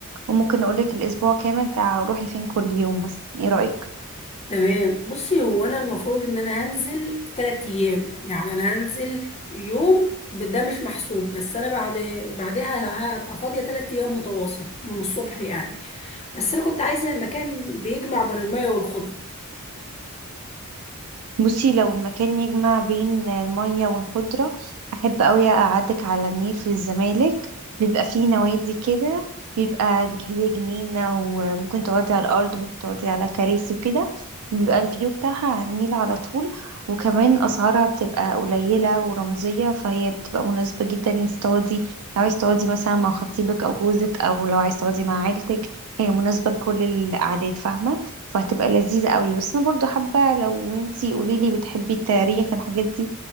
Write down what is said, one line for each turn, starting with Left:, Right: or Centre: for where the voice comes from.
Right: وممكن أقولك الأسبوع كامل تع روحي فين كل يوم مثلا ايه رأيك؟
Left: تمام بصي هو انا المفروض ان انا هنزل تلات ايام يعني انا هنزل يوم ب- ده مش محسوب بس انا بعد بعدها هبقى فاضية تلات ايام متواصل من الصبح يعني بس انا كنت عايزة مكان بيجمع بين المية والخضرة
Right: بصي لو المكان يجمع بين المية والخضرة أحب أوي أقعدك على النيل في الزمالك بيبقى فيه نوادي كده بيبقى هي جنينة وممكن تقعدي على الأرض ممكن تقعدي على كراسي وكده بيبقى الفيو بتاعها على النيل على طول وكمان أسعارها بتبقى قليلة ورمزية فهي بتبقى مناسبة جدا انك تقعدي لو عايز تقعدي مثلا مع خطيبك أو جوزك أو لو عايز تقعدي مع عيلتك هي مناسبة لكل الأعداد فاهمة فهتبقى لذيذة قوي بس انا برضو حابة لو انتي قوليلي بتحبي التاريخ الحاجات دي